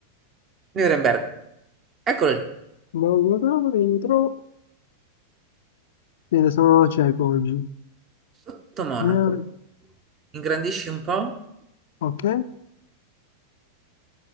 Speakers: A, on the right; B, on the left.
A: Nuremberg. Eccolo lì,
B: no, Non lo trovo, non lo trovo. Bene, sono cieco oggi.
A: sotto Monaco.
B: Neuro-
A: Ingrandisci un po'?
B: Ok,